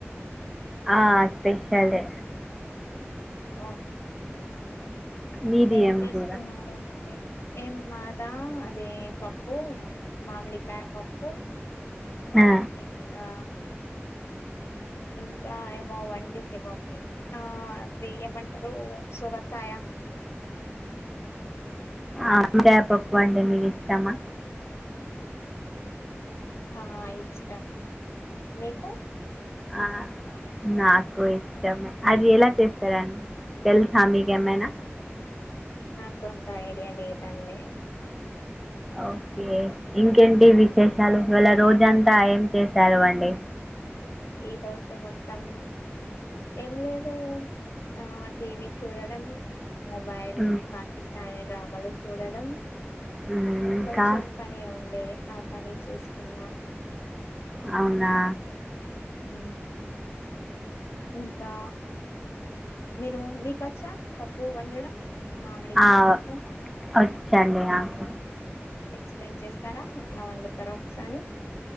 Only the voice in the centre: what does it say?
ఆ స్పెషాలే
మీది
కూర
ఆ,
ఆనపకాయ పప్పు అంటే మీకు ఇష్టమా
ఆ నాకు ఇష్టమే అది ఎలా చేస్తారాండి తెలుసా మీకేమైనా
ఓకే ఇంకేంటి విశేషాలు ఇవళ రోజంతా ఏం చేశారు అండి
ఉమ్,
ఉమ్, ఇంకా
అవునా
ఆవ్
వచ్చండి నాకు